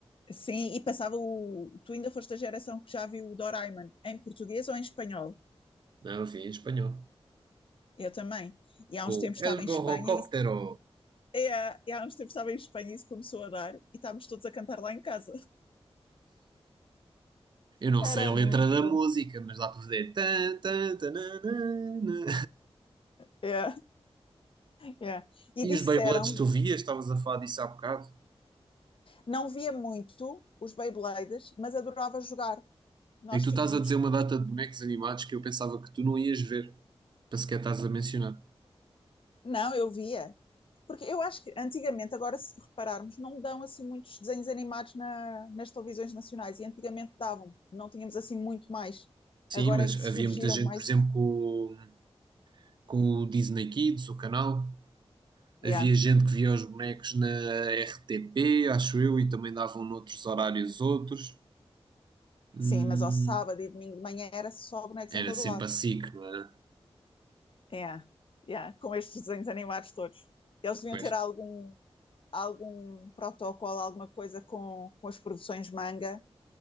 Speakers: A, on the left; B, on the right.
A: Sim, e passava o. Tu ainda foste da geração que já viu o Doraemon em português ou em espanhol?
B: Não, eu via em espanhol.
A: Eu também. E há
B: com
A: uns tempos
B: o
A: estava
B: El
A: em
B: Gorrocóptero.
A: Espanha e. É, e há uns tempos estava em Espanha e isso começou a dar, e estávamos todos a cantar lá em casa. <laughs>
B: Eu não
A: Era
B: sei a letra
A: muito
B: da
A: bom.
B: música, mas dá para fazer. tan, tan, tananana.
A: É, é. E
B: E
A: disseram-me,
B: os Beyblades tu vias? Estavas a falar disso há bocado?
A: não via muito os Beybladers, mas adorava jogar. Nós
B: É que tu
A: tínhamos.
B: estás a dizer uma data de bonecos animados que eu pensava que tu não ias ver, para sequer estás a mencionar.
A: Não, eu via. Porque eu acho que antigamente, agora se repararmos, não dão assim muitos desenhos animados na- nas televisões nacionais. E antigamente davam, não tínhamos assim muito mais.
B: Sim,
A: Agora
B: mas
A: é que surgiram
B: havia muita gente,
A: mais.
B: por exemplo, com, o- com o Disney Kids, o canal. Havia
A: Yeah.
B: gente que via os bonecos na RTP, acho eu, e também davam noutros horários outros. Hum,
A: Sim, mas ao sábado e domingo de manhã era só bonecos
B: era
A: em todo
B: sempre
A: o lado.
B: a SIC, não era?
A: Yeah. Yeah. Com estes desenhos animados todos. Eles deviam
B: Pois.
A: ter algum, algum protocolo, alguma coisa com, com as produções manga